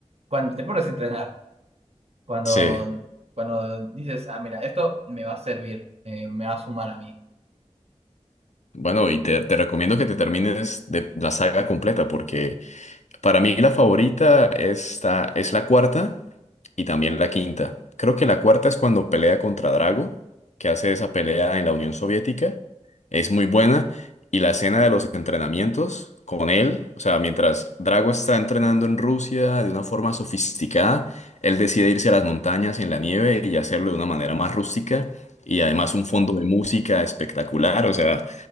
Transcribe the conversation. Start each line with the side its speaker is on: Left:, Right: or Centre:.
Right: cuando te pones a entrenar, cuando,
Left: sí.
Right: cuando dices, ah, mira, esto me va a servir, eh, me va a sumar a mí.
Left: Bueno, y te, te recomiendo que te termines de la saga completa porque Para mí la favorita esta, es la cuarta y también la quinta. Creo que la cuarta es cuando pelea contra Drago, que hace esa pelea en la Unión Soviética. Es muy buena. Y la escena de los entrenamientos con él, o sea, mientras Drago está entrenando en Rusia de una forma sofisticada, él decide irse a las montañas en la nieve y hacerlo de una manera más rústica. Y además un fondo de música espectacular, o sea,